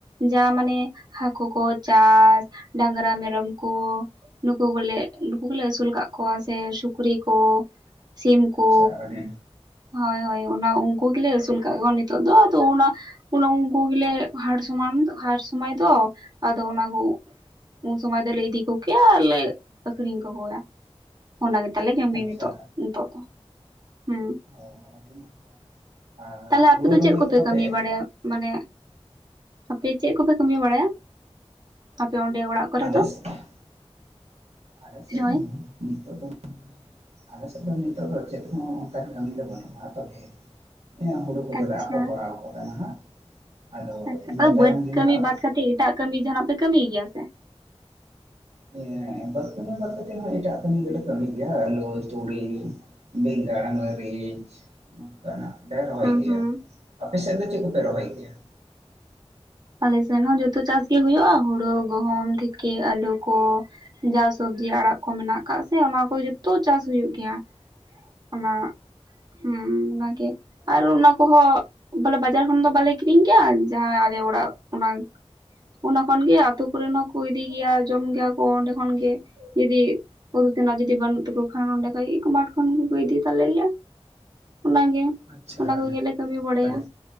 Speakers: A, on the right (about 40°); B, on the right (about 80°).
A: ᱡᱟ ᱢᱟᱱᱮ ᱦᱟᱹᱠᱩ ᱠᱚ ᱪᱟᱥ ᱰᱟᱝᱨᱟ ᱢᱮᱨᱚᱢ ᱠᱚ ᱱᱩᱠᱩ ᱠᱚᱞᱮ ᱱᱩᱠᱩ ᱠᱚᱞᱮ ᱟᱹᱥᱩᱞ ᱠᱟᱜ ᱠᱚᱣᱟ ᱥᱮ ᱥᱩᱠᱨᱤ ᱠᱚ ᱥᱤᱢ
B: ᱟᱪᱪᱷᱟ
A: ᱠᱚ
B: ᱟᱹᱰᱤ
A: ᱦᱳᱭ ᱦᱳᱭ ᱚᱱᱟ ᱩᱱᱠᱩ ᱜᱮᱞᱮ ᱟᱹᱥᱩᱞ ᱠᱟᱜ ᱠᱚᱣᱟ ᱱᱤᱛᱚᱜ ᱫᱚ ᱟᱫᱚ ᱚᱱᱟ ᱩᱱ ᱩᱱᱠᱩ ᱜᱮᱞᱮ ᱦᱟᱴ ᱥᱚᱢᱟᱱ ᱦᱟᱴ ᱥᱚᱢᱚᱭ ᱫᱚ ᱟᱫᱚ ᱚᱱᱟ ᱠᱚ ᱩᱱ ᱥᱚᱢᱚᱭ ᱫᱚᱞᱮ ᱤᱫᱤ ᱠᱚᱜᱮᱭᱟ ᱟᱨ ᱞᱮ ᱟᱠᱷᱨᱤᱧ ᱠᱚᱜᱮᱭᱟ᱾ ᱚᱱᱟ ᱜᱮ ᱛᱟᱞᱮ ᱠᱟᱢᱤ
B: ᱟᱪᱪᱷᱟ
A: ᱱᱤᱛᱚᱜ ᱱᱤᱛᱚᱜ ᱫᱚ ᱦᱩᱸ
B: ᱚ ᱟᱹᱰᱤ ᱱᱟᱯᱟᱭ ᱟᱨ
A: ᱛᱟᱦᱞᱮ ᱟᱯᱮ
B: ᱦᱩᱲᱩ
A: ᱫᱚ
B: ᱨᱚᱦᱚᱭ
A: ᱪᱮᱫ ᱠᱚᱯᱮ
B: ᱠᱚᱫᱚ
A: ᱠᱟᱹᱢᱤ
B: ᱯᱮ
A: ᱵᱟᱲᱟᱭᱟ ᱢᱟᱱᱮ ᱟᱯᱮ ᱪᱮᱫ ᱠᱚᱯᱮ ᱠᱟᱹᱢᱤ ᱵᱟᱲᱟᱭᱟ ᱟᱯᱮ ᱚᱸᱰᱮ ᱚᱲᱟᱜ ᱠᱚᱨᱮ
B: ᱟᱞᱮᱥ
A: ᱫᱚ?
B: <unintelligible> ᱟᱞᱮ ᱥᱮᱫ
A: ᱦᱳᱭ
B: ᱫᱚ ᱱᱤᱛᱚᱜ ᱫᱚ ᱟᱞᱮ ᱥᱮᱫ ᱫᱚ ᱱᱤᱛᱚᱜ ᱫᱚ ᱪᱮᱫ ᱦᱚᱸ ᱚᱱᱠᱟᱱ ᱠᱟᱹᱢᱤ ᱫᱚ ᱵᱟᱹᱱᱩᱜᱼᱟ ᱛᱚᱵᱮ ᱦᱩᱲᱩ ᱠᱚᱫᱚᱞᱮ
A: ᱟᱪᱪᱷᱟ
B: ᱟᱯᱷᱚᱨ ᱵᱟᱲᱟᱣ ᱠᱟᱫᱟᱜᱼᱟ ᱱᱟᱦᱟᱜ ᱟᱫᱚ
A: ᱟᱪᱪᱷᱟ
B: ᱤᱱᱟᱹ ᱛᱟᱭᱚᱢ
A: ᱵᱟᱹᱛ
B: ᱜᱮ
A: ᱠᱟᱹᱢᱤ
B: ᱱᱟᱦᱟᱜ
A: ᱵᱟᱫ ᱠᱟᱛᱮᱫ ᱮᱴᱟᱜ ᱠᱟᱹᱢᱤ ᱡᱟᱱᱟᱜ ᱯᱮ ᱠᱟᱹᱢᱤᱭ ᱜᱮᱭᱟ ᱥᱮ
B: ᱦᱮᱸ ᱵᱟᱛ ᱠᱟᱹᱢᱤ ᱵᱟᱫ ᱠᱟᱛᱮᱫ ᱦᱚᱸ ᱮᱴᱟᱜ ᱠᱟᱹᱢᱤ ᱫᱚᱞᱮ ᱠᱟᱹᱢᱤ ᱜᱮᱭᱟ ᱟᱞᱩ ᱛᱩᱲᱤ ᱵᱮᱸᱜᱟᱲ ᱢᱟᱹᱨᱤᱪ ᱱᱚᱝᱠᱟᱱᱟᱜ ᱞᱮ ᱨᱚᱦᱚᱭ
A: ᱦᱩᱸ
B: ᱜᱮᱭᱟ,
A: ᱦᱩᱸ
B: ᱟᱯᱮ ᱥᱮᱫ ᱫᱚ ᱪᱮᱫ ᱠᱚᱯᱮ ᱨᱚᱦᱚᱭ ᱜᱮᱭᱟ?
A: ᱟᱞᱮ ᱥᱮᱱ ᱦᱚᱸ ᱡᱷᱚᱛᱚ ᱪᱟᱥ ᱜᱮᱭᱟ ᱦᱩᱭᱩᱜᱼᱟ ᱦᱩᱲᱩ ᱜᱩᱦᱩᱢ ᱛᱷᱤᱠᱤ ᱟᱹᱞᱩ ᱠᱚ᱾ ᱡᱟ ᱥᱚᱵᱡᱤ ᱟᱲᱟᱜ ᱠᱚ ᱢᱮᱱᱟᱜ ᱟᱠᱟᱫ ᱥᱮ ᱚᱱᱟ ᱠᱚ ᱡᱚᱛᱚ ᱪᱟᱥ ᱦᱳᱭᱳᱜ ᱜᱮᱭᱟ᱾ ᱚᱱᱟ ᱦᱩᱸ ᱚᱱᱟᱜᱮ ᱟᱨ ᱚᱱᱟ ᱠᱚᱦᱚ ᱵᱚᱞᱮ ᱵᱟᱡᱟᱨ ᱠᱷᱚᱱ ᱫᱚ ᱵᱟᱞᱮ ᱠᱤᱨᱤᱧ ᱜᱮᱭᱟ ᱡᱟᱦᱟᱸ ᱟᱞᱮ ᱚᱲᱟᱜ ᱚᱱᱟ ᱚᱱᱟ ᱠᱷᱚᱱ ᱜᱮ ᱟᱛᱳ ᱠᱚᱨᱮᱱ ᱦᱚᱸᱠᱚ ᱤᱫᱤ ᱜᱮᱭᱟ ᱡᱚᱢ ᱜᱮᱭᱟ ᱠᱚ ᱚᱸᱰᱮ ᱠᱷᱚᱱ ᱜᱮ ᱡᱩᱫᱤ ᱤᱫᱤ ᱛᱮᱱᱟᱜ ᱡᱤᱱᱤᱥ ᱵᱟᱹᱱᱩᱜ ᱠᱷᱟᱱ ᱚᱸᱰᱮ ᱠᱷᱟᱭ ᱠᱚ ᱢᱟᱴ ᱠᱷᱚᱱ ᱛᱟᱞᱮᱭᱟ ᱚᱱᱟᱜᱮ
B: ᱟᱪᱪᱷᱟ
A: ᱚᱱᱟ ᱠᱚᱜᱮᱞᱮ
B: ᱟᱹᱰᱤ
A: ᱠᱟᱹᱢᱤ ᱵᱟᱲᱟᱭᱟ
B: ᱟᱹᱰᱤ